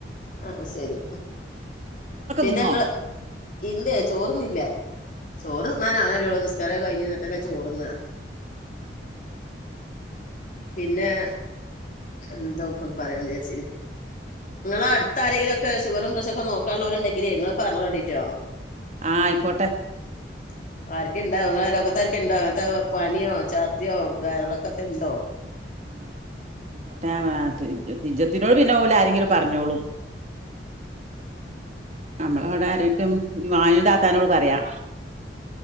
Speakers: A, on the left; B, on the right.
A: ആഹ് ശരി പിന്നെ
B: തിന്നോ
A: ങ്ങ ഇല്ലേ ചോറന്നില്ല ചോറ് തിന്നാൻ ആവ്ണ്ടല്ലെള്ളൂ നിസ്കാരം കഴിഞ്ഞന്ന്ട്ടല്ലേ ചോറ്ന്നാ
B: ആഹ്
A: പിന്നെ എന്താ ഇപ്പൊന്ന് പറയാൻ വിചാരിച്ചിനെ ഇങ്ങളെ അടുത്ത് ആരെങ്കിലൊക്കെ ഷുഗറും പ്രഷറുക്കെ നോക് ക്ക ഉള്ളോരുണ്ടെങ്കില് ഇങ്ങള് പർഞ്ഞോളോണ്ടിട്ടോ
B: ആഹ് ആയിക്കോട്ടെ
A: ഉ ആർക്കേലും ഇണ്ടോ ഇങ്ങളെ അയലൊക്കത്തെ ഇണ്ടോ ഇങ്ങൻത്തെ പനിയോ ചർദ്ദിയോ വയറിളക്കത്തേണ്ടോ
B: ആഹ്
A: റ്റ്
B: ആയിക്കോട്ടെ തീജ്ജത്തി നോട്‌ ഇന്നപോലെ ആരെങ്കിലും പറഞ്ഞോളും അമ്മള അവിടെ ആരൊക്കെ മാനൂന്റ താത്താനോട് പറയാ